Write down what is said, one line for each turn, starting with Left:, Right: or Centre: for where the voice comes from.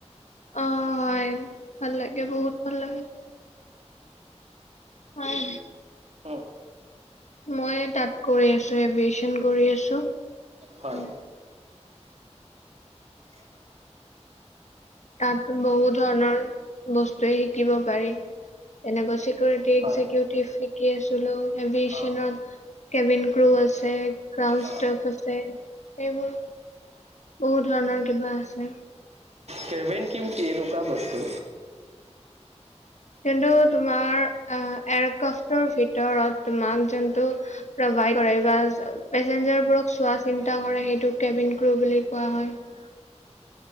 Left: অ হয় ভাল লাগে বহুত ভাল লাগে হয়
Right: অ
Left: মই তাত কৰি আছো এভিয়েচন কৰি আছো
Right: হয়
Left: উম
Right: <unintelligible>
Left: তাত বহু ধৰণৰ বস্তুৱে শিকিব পাৰি তেনেকুৱা চিকিউৰিটি এক্জিকিউটিভ
Right: হয়
Left: শিকি আছিলো এচনত
Right: অ
Left: কেবিন ক্ৰু আছে ক্ৰাউন
Right: অ
Left: ষ্টফ আছে এইবোৰ বহুত ধৰণৰ কিবা আছে
Right: কেবেন কিম কেলুকা বস্তু
Left: কিন্তু তোমাৰ আ এয়াৰক্ৰাফটৰ ভিতৰত তোমাক যোনটো প্ৰা বাইকৰে গ্ৰাছ পেচঞ্জাৰ বোৰক চোৱা চিন্তা কৰে সেইটোকে কেবিন ক্ৰ বুলি কোৱা হয় <unintelligible>